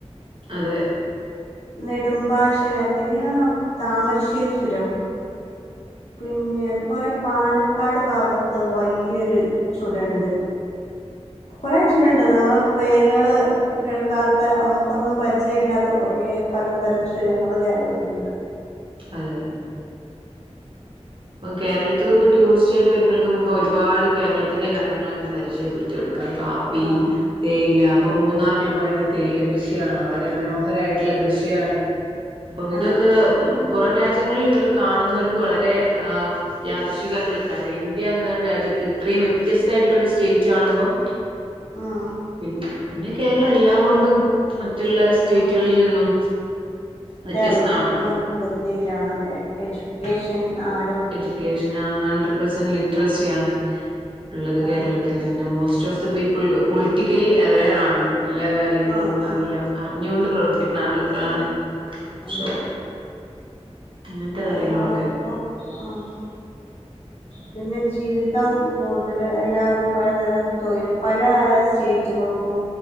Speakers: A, on the right; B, on the left.
A: അതെ
B: നെടുമ്പാശ്ശരത്തിന് താമരശ്ശേരി ചുരം പിന്നെ അതുപോലെ പാലക്കാട് ഭാഗത്ത് വലിയൊരു ചുരണ്ട് കുറെ ച്ചുരണ്ട് നമ്മള് പേരുകൾ കേൾക്കാത്ത നമ്മുക്കൊന്നും പരിചയ ഇല്ലാത്ത കുറെ പലതരം ചുരങ്ങൾ കേരളത്തിലുണ്ട്
A: അതെ അതെ കേരളത്തിലൊക്കെ ടൂറിസ്റ്റ് യിട്ട് വരുന്നോൽക്ക് നമുക്ക് ഒരുപാട് കേരളത്തിന്റെ കാര്യങ്ങൾ തന്നെ പരിചയപ്പെടുത്തി കൊടുക്കാം. കാപ്പി
B: ആഹ്
A: പ്പി തേയില
B: അതെ
A: അപ്പൊ മൂന്നാറിൽ പോയ തേയില കൃഷിയാണ് വളരെ മനോഹരായിട്ടുള്ള കൃഷിയാണ് അപ്പം ഇതൊക്കെ
B: ആഹ് പേ
A: പുറം രാജ്യങ്ങളിൽ കാണുന്നവർക്ക് വളരെ ആഹ്. യാദൃഷികയിട്ടുള്ള ഒരു കാര്യം ഇന്ത്യ എന്നരു രാജ്യത്ത് ഇത്രയും വ്യത്യസ്തായിട്ടുള്ളൊരു സ്റ്റേറ്റ് കാണുമ്പം.
B: ആഹ്
A: പി പിന്നെ കേരളം എല്ലാം കൊണ്ടും. മറ്റുള്ള സ്റ്റേറ്റുകളിൽ
B: ആഹ്
A: നിന്നും. വ്യത്യസ്തമാണല്ലോ
B: കേരളം വന്തിതിയിലാണ് അതെ എജ്യൂക്കേഷൻ ആഹ്.
A: എഡ്യൂക്കേഷൻ ഹണ്ട്രഡ് പെർസെന്റ്
B: ആഹ്
A: ലിട്രസിയാണ് ഇള്ളത് കേരളത്തി.
B: ആഹ്
A: ല് പിന്നെ മോസ്റ്റ്ഫ്ത പീപ്പ്ൾ പൊളിറ്റിക്കലി അവേറാണ് എല്ലാ കാ കാര്യങ്ങളും
B: ആഹ് ആഹ്
A: അറിയാം അറിഞ്ഞുകൊണ്ട് പ്രവർത്തിക്കുന്ന ആളുകളാണ്
B: അതെ
A: ശൊ. അങ്ങനത്തെ കാര്യങ്ങളൊക്കെ.
B: എല്ലാവർക്കും ആഹ്. പിന്നെ ജീവിതം കൂടുതല് എല്ലാവരും പലതരം തൊഴില് പല സ്റ്റേറ്റുകൾക്കും.